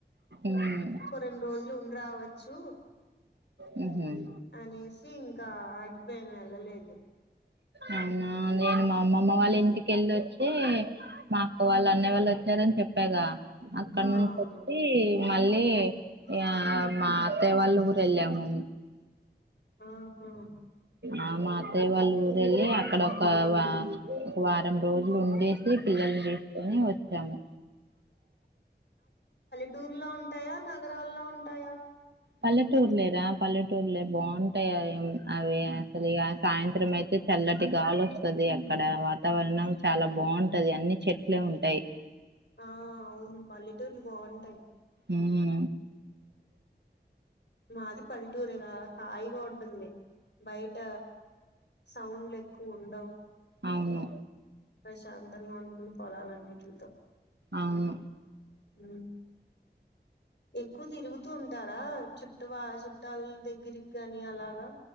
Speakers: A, on the right; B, on the left.
A: మ్మ్
B: ఒక రెండు రోజులు ఉండి రావచ్చు
A: మ్మ్ హ్మ్
B: అనేసి ఇంకా ఆగిపోయిన వెళ్ళలేదు
A: అవునా నేను మా అమ్మమ్మ వాళ్ళ ఇంటికెళ్ళోచ్చి మాఅక్క వాళ్ళు అన్నయ్య వాళ్ళు వచ్చారని చెప్ కదా అక్కడ
B: ఆ
A: నుంచి
B: అవును
A: ఒచ్చి మళ్ళీ ఆ మా అత్తయ్య వాళ్ళ ఊరేళ్ళాము
B: ఆహా
A: ఆ మా అతయ్య వాళ్ళ ఊరేళ్ళి అక్కడ ఒక వా వారం రోజులు ఉండేసి పిల్లల్ని తీసుకొని వచ్చాము
B: అ టూర్లో ఉంటాయా నగరాల్లో ఉంటాయా
A: పల్లెటూర్లేరా పల్లెటూర్లే బావుంటాయి అవి అసలు ఇగ సాయంత్రం అయితే చల్లటి గాలి వస్తది అక్కడ వాతావరణం చాలా బాగుంటది అన్ని చెట్లే ఉంటాయి
B: ఆ అవును పల్లెటూర్లు బాగుంటాయి
A: ఉమ్
B: మాది పల్లెటూరేరా హాయిగా ఉంటుంది బయట సౌండ్లు ఎక్కువ ఉండవు
A: అవును
B: ప్రశాంతంగా ఉంటుంది పొలాలన్నీ చూద్దాం
A: అవును
B: అ ఎక్కువ తిరుగుతూ ఉంటారా చుట్ట చుట్టాల దగ్గరికి కాని అలాగా